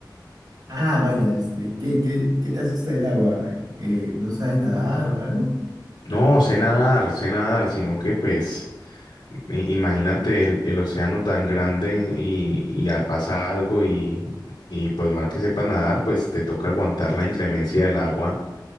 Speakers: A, on the right; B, on the left.
A: Ah, vaya, este, ¿qué, qué, qué te asusta del agua? Eh, ¿no sabes nadar o algo?
B: No, sé nadar, sé nadar, sino que pues, i- imagínate el, el océano tan grande y, y ya pasa algo y, y pues mal que sepa nadar, pues te toca aguantar la inclemencia del agua